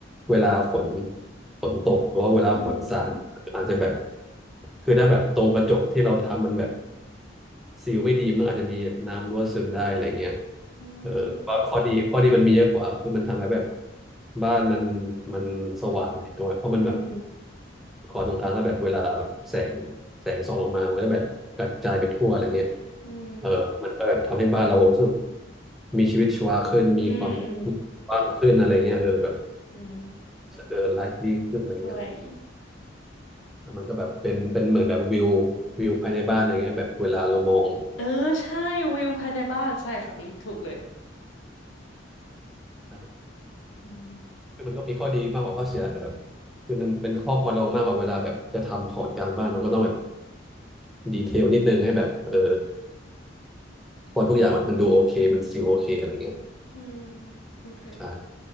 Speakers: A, in the centre; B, on the left.
A: เวลาฝนฝนตกหรือว่าเวลาฝนสาดอาจจะแบบ
B: อืม
A: คือถ้าแบบตรงกระจกที่เราทำมันแบบซีลไม่ดีมันอาจจะมีแบบน้ำรั่วซึมได้อะไรเงี้ย
B: อืม
A: เออแต่ว่าข้อดีข้อดีมันมีเยอะกว่าคือมันทำให้แบบบ้านมันมันสว่างเลยถูกไหมเพราะมันแบบ
B: อืม
A: คอนตรงกลางแล้วแบบเวลาแสงแสงส่องลงมามันก็แบบกระจายไปทั่วอะไรเงี้ย
B: อืม
A: เออมันก็แบบทำให้บ้านเรารู้สึกมีชีวิตชีวาขึ้นมีความ
B: อืมอืม
A: กว้างขึ้นอะไรเงี้ยเออแบบ
B: อืม
A: เออไลฟ์ดีขึ้นอะไรเงี้ย
B: สวย
A: แล้วมันก็แบบเป็นเป็นเหมือนแบบวิววิวภายในบ้านอะไรเงี้ยแบบเวลาเรามอง
B: เออใช่วิวภายในบ้านใช่คำนี้ถูกเลย
A: ใช่
B: อืม
A: คือมันก็มีข้อดีมากกว่าข้อเสียแต่แบบคือมันเป็นข้อควรระวังมากกว่าเวลาแบบจะทำขอดกลางบ้านมันก็ต้องแบบดีเทลนิดนึงให้แบบเออพอทุกอย่างมันดูโอเคมันซีลโอเคอะไรเงี้ย
B: อืมโอเค
A: ใช่